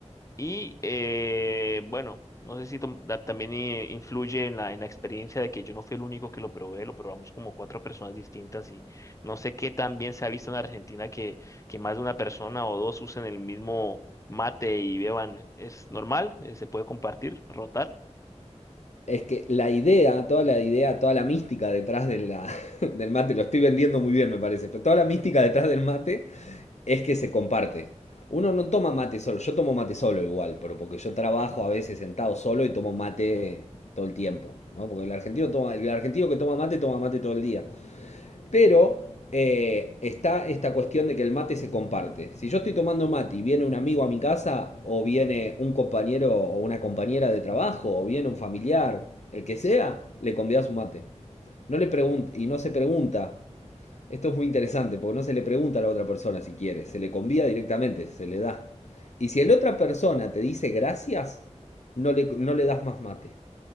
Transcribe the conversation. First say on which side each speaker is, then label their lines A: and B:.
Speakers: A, on the left (about 25°); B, on the left (about 70°).
A: Y eh, bueno, no sé si tom- da- también eh, influye en la, en la experiencia de que yo no fui el único que lo probé, lo probamos como cuatro personas distintas y no sé qué tan bien se ha visto en Argentina que, que más de una persona o dos usen el mismo mate y beban. ¿Es normal? Eh, ¿Se puede compartir, rotar?
B: Es que la idea, toda la idea, toda la mística detrás de la- <laughs> del mate, lo estoy vendiendo muy bien me parece, pero toda la mística detrás del mate es que se comparte. Uno no toma mate solo, yo tomo mate solo igual, pero porque yo trabajo a veces sentado solo y tomo mate todo el tiempo, ¿no? Porque el argentino toma, el argentino que toma mate toma mate todo el día. Pero eh, está esta cuestión de que el mate se comparte. Si yo estoy tomando mate y viene un amigo a mi casa, o viene un compañero o una compañera de trabajo, o viene un familiar, el que sea, le convidas un mate. No le pregunta y no se pregunta. Esto es muy interesante, porque no se le pregunta a la otra persona si quiere, se le convida directamente, se le da. Y si la otra persona te dice gracias, no le, no le das más mate.